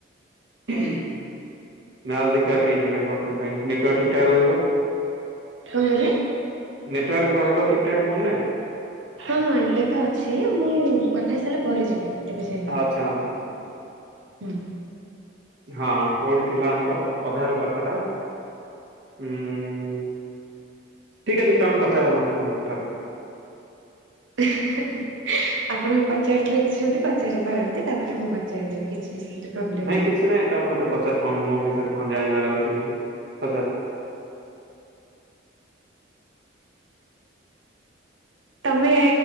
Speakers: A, on the right (about 60°); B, on the right (about 80°).
A: ମ୍ୟାଚ୍ ଦେଖିବା ପାଇଁ ଯିବେ ବର୍ତ୍ତମାନ ପାଇଁ ନେଟୱାର୍କ ଠିକ୍ ଠାକ୍ ରହିବ?
B: କଣ କହିଲେ?
A: ନେଟୱାର୍କ ରହିବ ଠିକ୍ ଠାକ୍ ଫୋନ ନେ?
B: ହଁ ହଁ ଏବେ ତ ଅଛି ମୁଁ କଥା ହେଇ ସାରିଲା ପରେ ଯିବି। ଏବେ ଯାଇନି
A: ଆଚ୍ଛା ଆଛା ଆଛା।
B: ହୁଁ।
A: ହଁ କୋଉଠି ଥିଲା ଆମର ଅଧାରୁ କଥାଟା? ଉଁ ଠିକ୍ ଅଛି ତମେ ପଚାର ମତେ କଣ ପଚାରୁଚ।
B: ହା <unintelligible> ଆପଣଙ୍କୁ ପଚାରିଥିଲେ କିଛି ଯଦି ପଚାରି ପାରନ୍ତି ତାପରେ ମୁଁ ପଚାରିଦେବି କିଛି ପ୍ରୋବ୍ଲେମ
A: ନାଇଁ
B: ନାହିଁ।
A: କିଛି ନାଇଁ ତମେ ମତେ ପଚାର କଣ ମୋ ବିଷୟରେ କଣ ଜାଣିବାର ଅଛି ପଚାର।
B: ତମେ